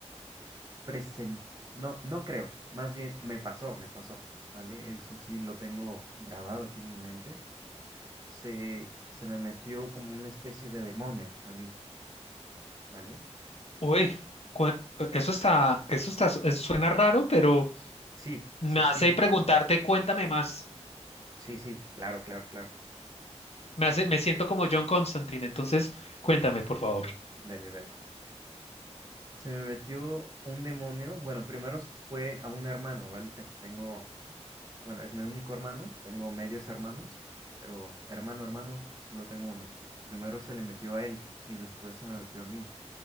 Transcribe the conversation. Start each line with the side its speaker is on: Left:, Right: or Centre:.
Right: presen- no, no creo, más bien me pasó, me pasó, ¿vale? Eso sí lo tengo grabado aquí en mi mente. Se, se me metió como una especie de demonio a mí, ¿vale?
Left: Uy, cu- eso está, eso está, eso suena raro, pero
Right: Sí,
Left: me
Right: sí,
Left: hace
Right: sí,
Left: preguntarte, cuéntame más.
Right: sí, sí, claro, claro, claro.
Left: Me hace, me siento como John Constantine, entonces cuéntame, por favor.
Right: Dale, dale. Se me metió un demonio, bueno, primero fue a un hermano, ¿vale? Te- Tengo Bueno, es mi único hermano, tengo medios hermanos, pero hermano, hermano, solo tengo uno. Primero se le metió a él y después se me metió a mí,